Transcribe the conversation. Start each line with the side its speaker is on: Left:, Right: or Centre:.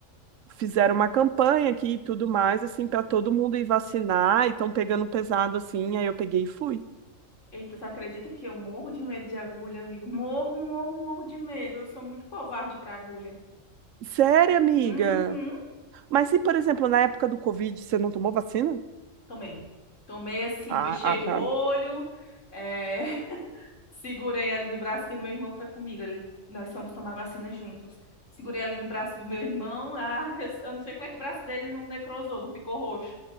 Right: fizeram uma campanha aqui e tudo mais, assim, para todo mundo ir vacinar e estão pegando pesado assim. Aí eu peguei e fui.
Left: Eita, você acredita que eu morro de medo de agulha, amigo? Morro, morro, morro de medo. Eu sou muito covarde pra agulha.
Right: Sério, amiga?
Left: Uhum.
Right: Mas se, por exemplo, na época do Covid, você não tomou vacina?
Left: Tomei. Tomei assim,
Right: Ah,
Left: fechei
Right: ah,
Left: o
Right: tá.
Left: olho. É... Segurei ali no braço que meu irmão foi comigo. Ele, nós fomos tomar vacina juntos. Segurei ali no braço do meu irmão. Ah, eu, eu não sei como é que o braço dele não necrosou, não ficou roxo.